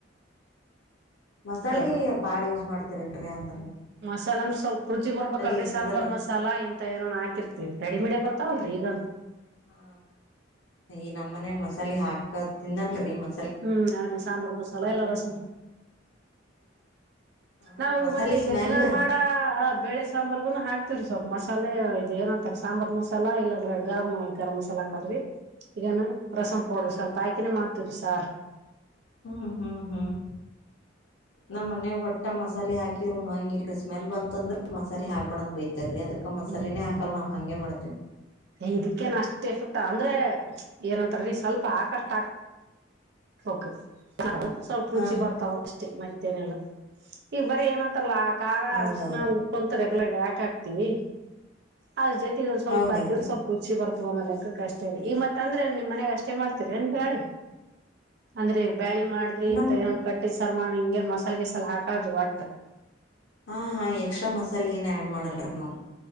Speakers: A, on the left; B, on the right.
A: ಮಸಾಲೆ
B: ಹಲೋ
A: ಬಾಳ್ ಯೂಸ್ ಮಾಡ್ತರಿನ್ರರಿ ಅಂದ
B: ಮಸಾಲ ಅಂದ್ರ ಸ್ವಲ್ಪ ರುಚಿ ಬರ್ಬೇಕಲ್ರರಿ
A: ಇರ್ತದಲ್ರಿ
B: ಸಾಂಬಾರ್ ಮಸಾಲ ಇಂತ ಏನ ಹಾಕಿರ್ತಿವಿ ರೆಡಿಮಿಡಿ ಬರ್ತಾವಲ್ರಿ ಈಗ
A: ಹಾ ಈ ನಮ್ಮ್ ಮನ್ಯಾಗ ಮಸಾಲೆ ಹಾಕ ತಿನ್ನಲ್ರಿ ಮ
B: ಹ್ಮ್ ನೇ ಸಾಂಬಾರ ಮಸಾಲ ಎಲ್ಲಾ ರಸ
A: ಹ
B: ನಾವು
A: ಮಸಾಲೆ
B: ಮತ್ತೆ ಈಗ
A: ಸ್ಮೆಲ್
B: ದಿನ ಮಾಡ ಬೇಳೆ ಸಾಂಬಾರ್ಗುನು ಹಾಕ್ತವ್ರಿ ಸ್ವಲ್ಪ ಮಸಾಲೆ ಇದು ಏನಂತಾರ ಸಾಂಬಾರ್ ಮಸಾಲಾ ಇಲ್ಲಾಂದ್ರೆ ಗರಂ ಗರಂಮಸಾಲಾಕಲ್ರಿ ಈಗೇನ ರಸ ಹೌಡ್ರ ಸ್ವಲ್ಪ ಆಯ್ಕೆಮಾಡ್ತಿರಿ ಸಾರ್
A: ಹ್ಮ್ ಹ್ಮ್ ಹ್ಮ್ ನಮ್ಮ ಮನ್ಯಾಗ ಒಟ್ಟ ಮಸಾಲೆ ಹಾಕಿದ್ರರು ಉಣಂಗಲ್ ಸ್ಮಲ್ ಬಂತಂದ್ರೆ ಮಸಾಲ ಹಾಕ್ ಬಣಂದ್ ಬೈತ ರಿ ಅದಕ್ಕ ಮಸಾಲಿನೇ
B: ಹ್ಮ್ ಹ್ಮ್
A: ಹಾಕಲ್ಲ ನಾವವು ಹಂಗೆ ಮಾಡ್ತವಿ
B: ಇದಕ್ಕೇನ್ ಅಷ್ಟ್ ಎಫೆಕ್ಟ್ ಅಂದ್ರೆ ಏನಂತಾರೀ ಸ್ವಲ್ಪ ಹಾಕಷ್ಟಕ್ ಓಕ ಸ್ವಲ್ಪ ರುಚಿ
A: ಹಾ ಹಾ
B: ಬರ್ತಾವ ಅಷ್ಟೇ ಮತ್ತೆ ಏನ್ ಇಲ್ಲ ಈ ಬರೀ ಏನಂತಾರಲ್ಲ ಆ ಖಾರ ಅರ್ಶಿನ
A: ಹೌದೌದು
B: ಉಪ್ಪುಂತಾರೆ ಹಾಕ ಹಾಕ್ತಿವಿ ಅದ ಜತಿ ಸ್ವಲ್ಪ
A: ಹೌದೌದು
B: ಹಾಕಿದ ಸ್ವಲ್ಪ ರುಚಿ ಬರ್ತ ಒ ಲೆಕ್ಕ ಕಷ್ಟ ಇರಿ ಈಗ ಮತ್ತ ಅಂದ್ರೆ ನಿಮ್ಮ ಮನೆಗ್ ಅಷ್ಟೇ ಮಾಡ್ತರಿ ಅಏನ್ ಬಾಳಿ ಅಂದ್ರೆ ಬ್ಯಾಳಿ ಮಾಡಿದ್ರಿ
A: ನಮ್
B: ಇಂತ ಏನ ಕಟ್ಟಿದ್ ಸರ್ಮನ್ ಹಿಂಗೇನ್ ಮಸಾಲೆ ಗೀಸಲ್ ಹಾಕಲ್ ಆ್ತ
A: ಹಾ ಹಾ ಎಕ್ಸ್ಟ್ರಾ ಮಸಾಲೆ ಏನ ಆಡ್ ಮಾಡಲ್ರಿ ನಾವವು